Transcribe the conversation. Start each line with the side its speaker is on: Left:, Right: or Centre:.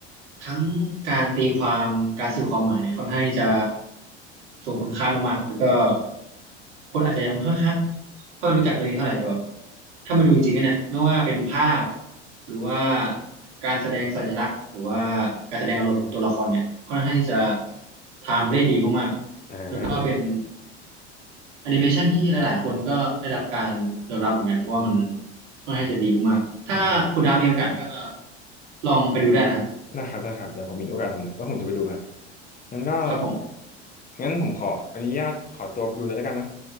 Right: ทั้งการตีความการสื่อความหมายเนี่ยค่อนข้างที่จะทรงคุณค่ามากๆ แล้วก็คนอาจจะยังไม่ค่อยค่อย่รู้จักเรื่องนี้เท่าไหร่แต่แบบถ้าไปดูจริงๆกันเนี่ยไม่ว่าเป็นภาพหรือว่าการแสดงสัญลักษณ์หรือว่าการแสดงอารมณ์ของตัวละครเนี่ยค่อนข้างที่จะทำได้ดีมากๆแล้วก็เป็น
Left: อ่า
Right: แอนิเมชันที่หลายๆคนก็ได้รับการยอมรับเหมือนกันเพราะว่ามันค่อนข้างจะดีมากๆถ้าคุณดาวมีโอกาสก็
Left: อ่าครับ
Right: ลองไปดูได้นะครับ
Left: ได้ครับได้ครับเดี๋ยวผมมีโอกาสผมว่าผมจะไปดูครับงั้นก็
Right: ครับผม
Left: งั้นผมขออนุญาตขอตัวไปดูเลยแล้วกันนะ